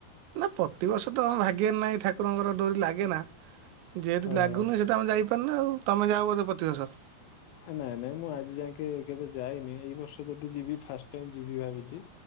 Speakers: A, on the right (about 85°); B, on the left (about 85°).
A: ନା ପ୍ରତିବର୍ଷ ତ ଆମ ଭାଗ୍ୟରେ ନାହିଁ, ଠାକୁରଙ୍କର ଡୋରି ଲାଗେ ନା। ଯେହେତୁ
B: ଓହୋ
A: ଲାଗୁନି ସେ ତ ଆମେ ଯାଇପାରୁନେ ଆଉ। ତମ ଯାଅ ବୋଧେ ପ୍ରତି ବର୍ଷ।
B: ନାଇଁ ନାଇଁ ମୁଁ ଆଜି ଯାକେ କେବେ ଯାଇନି। ଏଇ ବର୍ଷ ଯଦି ଯିବି ଫାଷ୍ଟ ଟାଇମ ଯିବି ଭାବିଚି।